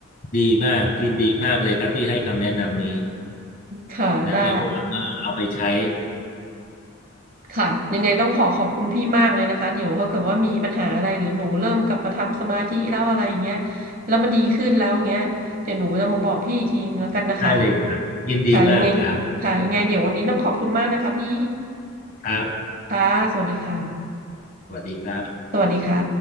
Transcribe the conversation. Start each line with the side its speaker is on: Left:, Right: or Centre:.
Left: ดีมากยินดีมากเลยครับที่ให้คำแนะนำนี้
Right: ค่ะได้
Left: นะแล้วก็หวังว่าเอาไปใช้
Right: ค่ะยังไงต้องขอขอบคุณพี่มากเลยนะคะเดี๋ยวถ้าเกิดว่ามีปัญหาอะไรหรือหนูเริ่มกลับมาทำสมาธิแล้วอะไรอย่างเงี้ยแล้วมันดีขึ้นแล้วอย่างเงี้ยเดี๋ยวหนูจะมาบอกพี่อีกทีนึงแล้วกันนะคะ
Left: ได้เลยครับยินดีมากครับ
Right: ค่ะยังไงค่ะยังไงเดี๋ยววันนี้ต้องขอบคุณมากนะคะพี่
Left: ครับ
Right: ค่ะสวัสดีค่ะ
Left: สวัสดีครับ
Right: สวัสดีค่ะ